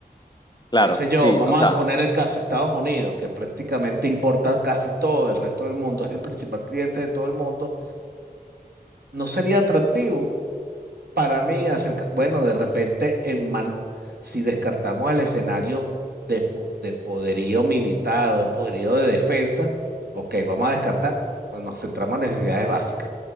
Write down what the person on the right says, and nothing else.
qué sé yo,
vamos
a poner el caso de Estados Unidos, que prácticamente importa casi todo del resto del mundo, <laughs> es el principal cliente de todo el mundo, no sería atractivo para mí acerca, bueno, de repente, en man, si descartamos el escenario de, po- de poderío militar o de poderío de defensa, ok, vamos a descartar, pues nos centramos en necesidades básicas.